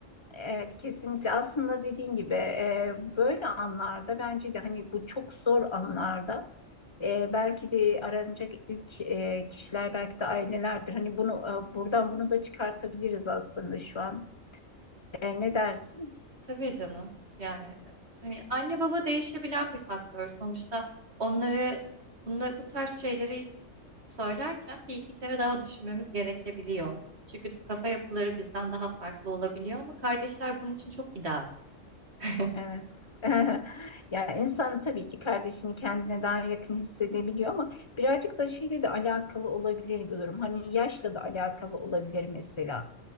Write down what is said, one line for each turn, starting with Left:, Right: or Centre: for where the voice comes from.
Left: Evet kesinlikle aslında dediğin gibi e, böyle anlarda bence de hani bu çok zor anlarda e, belki de aranacak ilk e, kişiler belki de ailelerdir. Hani bunu e, buradan bunu da çıkartabiliriz aslında şu an. E, ne dersin?
Right: Tabii canım. Yani e, hani anne baba değişebilen bir faktör. Sonuçta onları bunları bu tarz şeyleri söylerken bir iki kere daha düşünmemiz gerekebiliyor. Çünkü kafa yapıları bizden daha farklı olabiliyor ama kardeşler bunun için çok ideal. <laughs>
Left: Evet. <laughs> Ya insan tabii ki kardeşini kendine daha yakın hissedebiliyor ama birazcık da şeyle de alakalı olabilir bir durum. Hani yaşla da alakalı olabilir mesela.